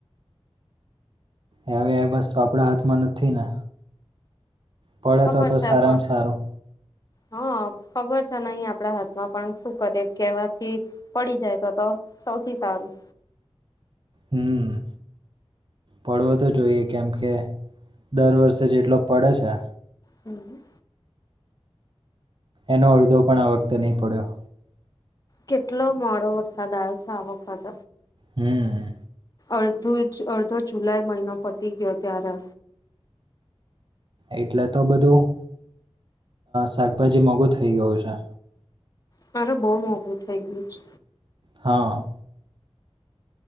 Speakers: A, on the right (about 50°); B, on the left (about 35°).
A: હવે એ બસ્તુ આપણા હાથમાં નથી ને પડે
B: ખબર
A: તો તો
B: છે
A: સારામાં
B: પન.
A: સારું
B: હા ખબર છે નહીં આપડા હાથમાં પણ શું કરીએ કેવાથી પડી જાય તો તો સૌથી સારું
A: હમ પડવો તો જોઈએ કેમકે દર વર્ષે જેટલો પડે છે.
B: હમ
A: એનો અડધો પણ આ વખતે નહી પડ્યો
B: કેટલો મોડો વરસાદ આવ્યો છે આ વખત
A: હમ
B: અડધો અડધો જુલાઈ મહિનો પતી ગયો ત્યારે
A: એટલે તો બધું શાકભાજી મોંઘું થઈ ગયું છે
B: મારે બહુ મોંઘું થઇ ગયું છે
A: હા